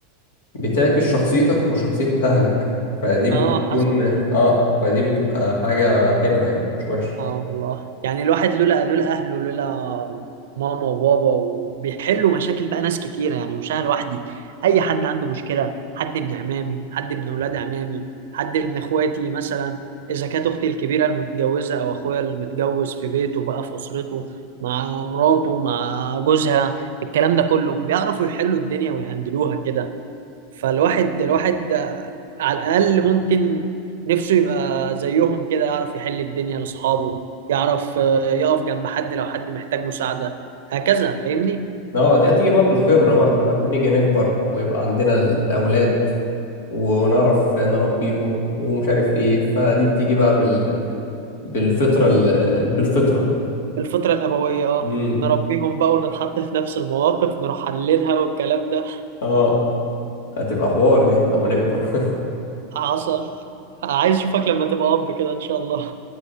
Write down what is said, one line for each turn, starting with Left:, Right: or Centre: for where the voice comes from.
Left: بتعكس شخصيتك وشخصية أهلك فدي بتكون
Right: اه حصل
Left: آه فدي بتبقى حاجة حلوة يعني مش وحشة
Right: اه والله يعني الواحد لولا لولا اهله لولا ماما وبابا وبيحلوا مشاكل بقى ناس كتيره يعني مش انا لوحدي اي حد عنده مشكله حد من عمامي حد من اولاد عمامي حد من اخواتي مثلا اذا كانت اختي الكبيره المتجوزه او اخويا المتجوز في بيته بقى في اسرته مع مراته مع جوزها الكلام ده كله بيعرفوا يحلوا الدنيا ويهندلوها كده فالواحد الواحد على الأقل ممكن نفسه يبقى زيهم كده يعرف يحل الدنيا لأصحابه يعرف آه، يقف جنب حد لو حد محتاج مساعدة هكذا فاهمني
Left: اه دي هتيجي بقى بالخبرة بقى لما نيجي نكبر ويبقى عندنا الأولاد ونعرف نربيهم ومش عارف ايه فدي بتيجي بقى بال... بالفطرة ال... بالفطرة
Right: الفطرة الأبوية اه
Left: امم
Right: نربيهم بقى ونتحط في نفس المواقف نروح حللها والكلام ده
Left: اه هتبقى حوار دي لما نكبر <laughs>
Right: حصل عايز اشوفك لما تبقى اب كده ان شاء الله